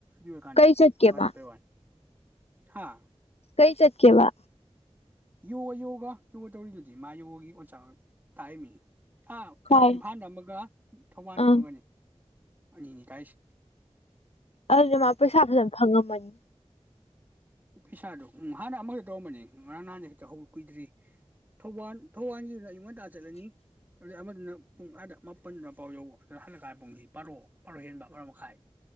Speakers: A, on the right (about 15°); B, on the left (about 65°).
A: ꯦ
B: ꯀꯩ ꯆꯠꯀꯦ
A: ꯀꯨ ꯑ
B: ꯃꯥ
A: ꯁꯄꯚꯅꯤ ꯍꯥꯥ
B: ꯀꯩ ꯆꯠꯀꯦꯕ
A: ꯌꯣꯒ ꯌꯣꯒ ꯌꯣꯒ ꯇꯧꯔꯤꯗꯨꯗꯤ ꯃꯥ ꯌꯣꯒꯒꯤ ꯑꯣꯖꯥ ꯇꯥꯛꯔꯝꯃꯤ ꯑꯥ ꯀꯩꯅꯣ
B: ꯈꯥꯏ
A: ꯏꯝꯐꯥꯜꯗ ꯑꯃꯒ ꯊꯧꯕꯥꯟ
B: ꯑꯥ
A: ꯗ ꯑꯃꯒꯅꯤ ꯑꯅꯤꯅꯤ ꯀꯥꯏꯁꯤ
B: ꯑꯗꯨꯗꯤ ꯃꯥ ꯄꯩꯁꯥ ꯐꯖꯅ ꯈꯪꯉꯝꯃꯅꯤ
A: ꯄꯩꯁꯥꯗꯨ ꯎ ꯍꯥꯟꯅ ꯑꯃꯈ ꯇꯧꯔꯝꯕꯅꯤ ꯉꯔꯥꯡ ꯅꯍꯥꯟꯗ ꯍꯦꯛꯇ ꯍꯧꯖꯤꯛ ꯀꯨꯏꯗ꯭ꯔꯤ ꯊꯧꯕꯥꯟ ꯊꯧꯕꯥꯟ ꯒꯤꯗꯨꯅ ꯑꯌꯨꯛ ꯉꯟꯇꯥ ꯆꯠꯂꯅꯤ ꯑꯗꯨꯩ ꯑꯃꯗꯨꯅ ꯄꯨꯡ ꯑꯗ ꯃꯥꯄꯟꯗ ꯄꯥꯎ ꯌꯧꯕ ꯑꯗꯨꯗ ꯍꯜꯂꯛꯀꯥꯟꯗ ꯄꯨꯡꯁꯤ ꯄꯥꯔꯣ ꯄꯥꯔꯣ ꯍꯦꯟꯕ ꯄꯔ ꯃꯈꯥꯏ